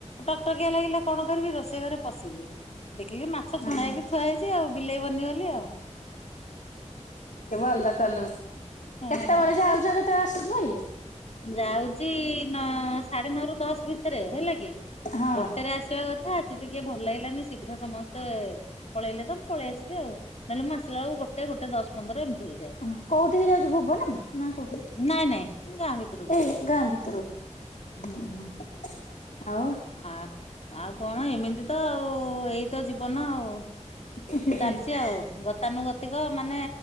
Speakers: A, on the left (about 55°); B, on the left (about 85°).
A: ଟକଟକିଆ ଲାଗିଲା କଣ କରିବି ରୋଷେଇ ଘରେ ପଶିଲି ଦେଖିଲି ମାଛ
B: ହଁ
A: ଛଣା
B: ହଁ।
A: ହେଇକି ଥୁଆ ହେଇଚି ଆଉ ବିଲେଇ ବନିଗଲି ଆଉ।
B: ଭଲ କଲୁ କେତେବେଳେ
A: ହଁ।
B: ଯାଉଚ କେ ତେ ଆସୁଚଇ
A: ଯାଉଚି ନ ସାଢେ ନଅ ରୁ ଦଶ ଭିତରେ ହେଲା କି
B: ହଁ
A: ଗୋଟେରେ ଆସିବା କ ଆଜି ଟିକେ ଭଲ ଲାଗିଲାନି ଶୀଘ୍ର ସମସ୍ତେ ପଳେଇଲେ ତମ ପଳେଇ ଆସିଲି ଆଉ ନହେଲେ ମୁଁ ଆସିଲ ବେଳ ଗୋଟେ ଗୋଟେ ଦ ଶ ପନ୍ଦର ଏମତି ହେଇଯାଏ।
B: ହ କୋଉଠିକି ଯାଉଚୁ ଭୁବନ ନା କୋଉଠି?
A: ନାଇଁ ନାଇଁ ଗାଁ ଭିତରକୁ।
B: ଏଇ ଗାଁ ଭିତରକୁ
A: ହୁଁ
B: ଆଉ?
A: ଆ ଆଉ କଣ ଏମିତି ତ ଆଉ ଏଇ ତ ଜୀବନ ଆଉ।
B: ହୁଁ
A: ଚାଲିଚି ଆଉ ଗତାନୁଗତିକ ମାନେ